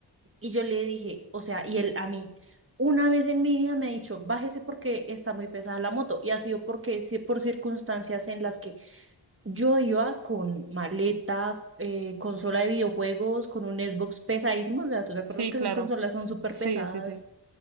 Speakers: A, on the right; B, on the right.
A: Y yo le dije, o sea, y él a mí, una vez en mi vida me ha dicho, bájese porque está muy pesada la moto. Y ha sido porque, sí, por circunstancias en las que yo iba con maleta, eh, consola de videojuegos, con un Xbox pesadísimo. O sea, ¿tú te acuerdas
B: sí,
A: que
B: claro.
A: esas consolas son súper
B: Sí,
A: pesadas?
B: sí, sí.